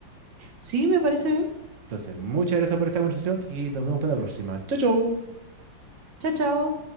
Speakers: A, on the right; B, on the right.
A: Sí, me parece bien.
B: Entonces, muchas gracias por esta conversación y nos vemos para la próxima. Chau, chau.
A: Chao, chao.